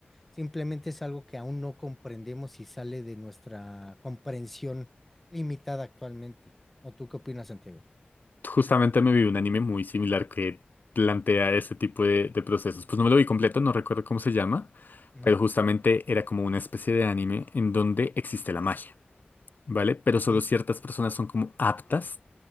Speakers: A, in the centre; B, on the left.
A: Simplemente es algo que aún no comprendemos y sale de nuestra comprensión limitada actualmente. ¿O tú qué opinas, Santiago?
B: Justamente me vi un anime muy similar que plantea ese tipo de, de procesos. Pues no me lo vi completo, no recuerdo cómo se llama,
A: Ujú,
B: pero justamente era como una especie de anime en donde existe la magia, ¿vale? Pero
A: ujú,
B: solo ciertas personas son como aptas